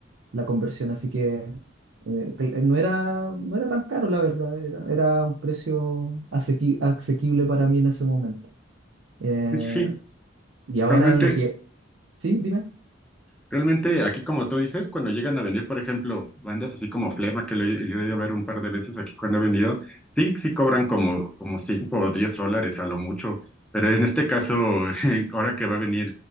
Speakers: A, on the right (about 65°); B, in the centre.
A: la conversión, así que eh, que eh, no era, no era tan caro, la verdad, era, era un precio asequi- asequible para mí en ese momento. Eh,
B: Sí, sí,
A: y ahora
B: Realmente,
A: lo que... Sí, dime.
B: realmente aquí como tú dices, cuando llegan a venir, por ejemplo, bandas así como Flema, que lo he lo he ido a ver un par de veces aquí cuando he venido, sí, sí cobran como, como 5 o 10 dólares a lo mucho, pero en este caso, <laughs> ahora que va a venir